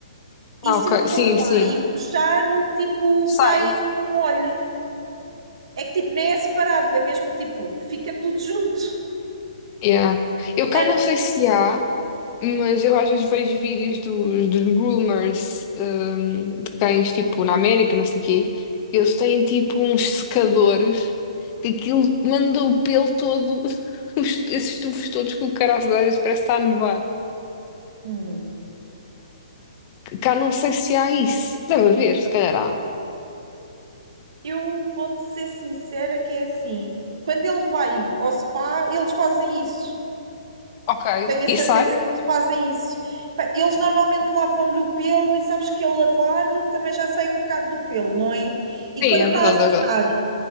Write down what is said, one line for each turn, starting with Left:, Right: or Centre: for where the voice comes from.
Right: E
Left: Ah,
Right: se
Left: ok.
Right: eu for
Left: Sim,
Right: lá
Left: sim.
Right: e puxar, tipo, sai
Left: Sai.
Right: assim um molho. É que tipo, nem é separado, é mesmo tipo, fica tudo junto.
Left: Yeah. Eu cá
Right: Eh,
Left: não sei se há, mas eu às vezes vejo vídeos dos, dos groomers, hum, de cães, tipo, na América, não sei o quê. Eles têm, tipo, uns secadores que aquilo manda o pelo todo, <laughs> os- esses tufos todos que o cara às vezes parece estar a nevar.
Right: Hum.
Left: Cá não sei se há isso. Deve haver, se calhar há.
Right: Eu vou-te ser sincera que é assim, quando ele vai ao spa, eles fazem isso.
Left: Ok.
Right: Tenho a
Left: E
Right: certeza
Left: sai?
Right: que eles fazem isso. Pá, Eles normalmente lavam-lhe o pelo e sabes que ao lavar também já sai um bocado do pelo, não é? E
Left: Sim,
Right: quando está
Left: é verdade,
Right: a secar,
Left: é verdade.